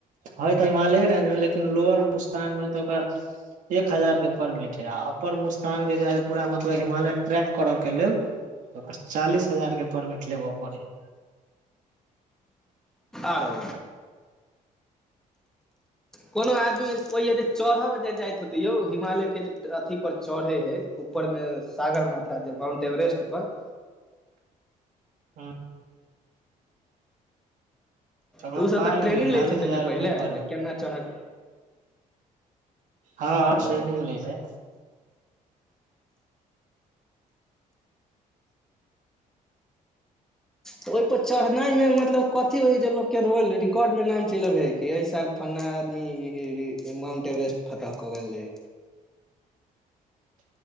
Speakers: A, on the right (about 60°); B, in the centre.
A: ह तऽ हिमालय रेंज मे लेकिन लोअर मुस्तान मे है तऽ ओकर एक हजार के परमिट है आ अपर मुस्तांग जे है पूरा मतलब हिमालय ट्रैक करऽ के लेल ओकर चालीस हजार के परमिट लेबऽ पड़ै ह
B: आरो कोनो आदमी ओहिय जे चढ़ब जे जाइत होतै यौ हिमालय के जे अथी पर चढ़े हय ऊपर मे सागर माथा जे माउंट एवरेस्ट पर
A: हँ ओकर
B: तऽ ओसभ
A: पाय
B: तऽ ट्रेनिंग
A: चालीस
B: लैत हतै
A: हजार
B: ने
A: रुपआ
B: पहिले
A: परमिट
B: जे केना चढ़त
A: हँ आस्रेनिंग
B: ओ
A: लै रहै
B: तऽ ओहिपर चढ़नाइमे मतलब कथी होइ जे लोकके रोल्ड रिकॉर्डमे नाम चैल अबैत हइ कि ई साल फलना आदमी माउंट एवरेस्ट फतह कऽ गेल रहे